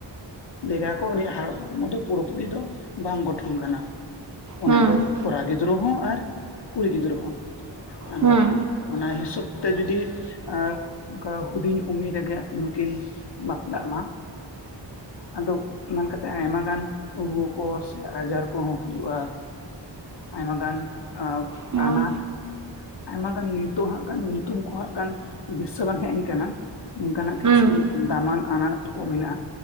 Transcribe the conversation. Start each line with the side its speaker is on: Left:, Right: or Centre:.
Left: ᱞᱟᱹᱭᱟ ᱠᱚ ᱩᱱᱤᱭᱟᱜ ᱦᱚᱨᱢᱚ ᱫᱚ ᱯᱩᱨᱟᱹ ᱯᱩᱨᱤ ᱫᱚ ᱵᱟᱝ ᱜᱚᱴᱷᱚᱱ ᱠᱟᱱᱟ᱾ ᱚᱱᱟ
Right: ᱦᱩᱸ
Left: ᱫᱚ ᱠᱚᱲᱟ ᱜᱤᱫᱽᱨᱟᱹ ᱦᱚᱸ ᱟᱨ ᱠᱩᱲᱤ ᱜᱤᱫᱽᱨᱟᱹ ᱦᱚᱸ᱾ ᱟᱫᱚ,
Right: ᱦᱩᱸ
Left: ᱚᱱᱟ ᱦᱤᱥᱟᱹᱵ ᱛᱮ ᱡᱩᱫᱤ ᱟᱨ ᱚᱝᱠᱟ ᱦᱩᱰᱤᱧ ᱩᱢᱮᱨ ᱨᱮᱜᱮ ᱟᱠᱤᱱ ᱦᱚᱸᱠᱤᱱ, ᱵᱟᱯᱞᱟᱜ ᱢᱟ᱾ ᱟᱫᱚ ᱢᱮᱱ ᱠᱟᱛᱮ ᱟᱭᱢᱟ ᱜᱟᱱ ᱨᱩᱭᱟᱹ ᱠᱚ ᱥᱮ ᱟᱡᱟᱨ ᱠᱚᱦᱚᱸ ᱦᱩᱭᱩᱜᱼᱟ᱾ ᱟᱭᱢᱟ ᱜᱟᱱ ᱟᱸ
Right: ᱦᱩᱸ
Left: ᱟᱱᱟᱴ ᱟᱭᱢᱟ ᱜᱟᱱ ᱱᱤᱛᱚᱜ ᱦᱟᱸᱜ ᱠᱷᱟᱱ ᱧᱤᱛᱩᱢ ᱠᱚ ᱦᱟᱸᱜ ᱠᱟᱱ ᱫᱤᱥᱟᱹ ᱵᱟᱝ ᱦᱮᱡ ᱟᱧ ᱠᱟᱱᱟ᱾ ᱱᱚᱝᱠᱟᱱᱟᱜ ᱠᱤᱪᱷᱩ
Right: ᱦᱩᱸ
Left: ᱫᱟᱢᱟᱱ ᱟᱱᱟᱴ ᱠᱚᱜ ᱢᱮᱱᱟᱜ-ᱟ